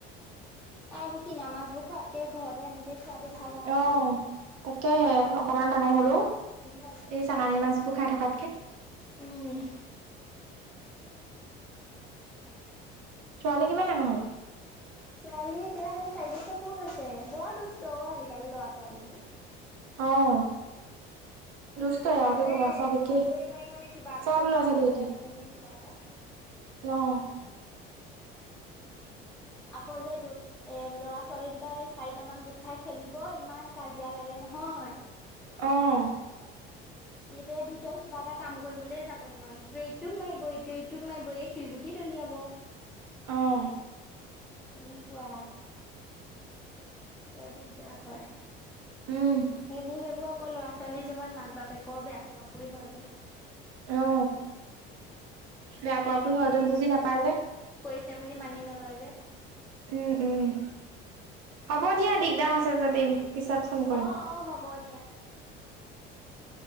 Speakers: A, in the centre; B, on the right (about 55°).
A: আৰু এইবোৰ কিনা মাছবোৰ খোৱাতকে ঘৰতে এনেকে খোৱাতো ভাল আৰু ন'।
B: অ তাকেহে
A: আজিকালি
B: অকনমান
A: চালানী
B: ডাঙৰ
A: মাছবোৰ
B: হলও
A: খাবলৈ মনো
B: এই চালানী মাছবোৰ খাই থকা
A: উম',
B: ছোৱালী কিমান ডাঙৰ হ'ল?
A: ছোৱালী এতিয়া সেই চাৰি বছৰ পুৰ হৈছে বৰ দুষ্ট অ' আজিকালি ল'ৰা-ছোৱালীবোৰ।
B: অ' দুষ্টই
A: ইফালে
B: আৰু কি কবা চব একেই
A: যাবই নোৱাৰি মানে কিবা এটা
B: চব
A: কৰিব
B: ল'ৰা ছোৱালী
A: সিফালে
B: একেই
A: যাব নোৱাৰি কিবা এটা,
B: অ'
A: আকৌ যে, দু এ ল'ৰা-ছোৱালী কেইটাই চাৰিটামান গোট খাই খেলিব, ইমান কাজিয়া লাগে নহয়, হয়।
B: অ'
A: এতিয়া ভিতৰত কিবা এটা কাম কৰিবলে যাব নোৱাৰি ইটোৱে-ইটোক মাৰিব ইটোৱে-ইটোক মাৰিব এই শিলগুটি দলিয়াব।
B: অঁ।
A: এনেকুৱা। বৰ দিগদাৰ হয়,
B: উম
A: সেইবোৰ এইবোৰ <unintelligible> ল'ৰা ছোৱালী য'হত মাক-বাপেকৰ বেয়া পোৱা-পুই হয়গে।
B: অ, বেয়া পুৱা-পুই হয়তোন বুজি নাপায় যে,
A: ছে বুলি মানি নলয় যে,
B: উম', উম', হ'ব দিয়া দিগদাৰ হৈছে যদি। পিছত ফোন কৰিম।
A: অ, অ, হ'ব দিয়া।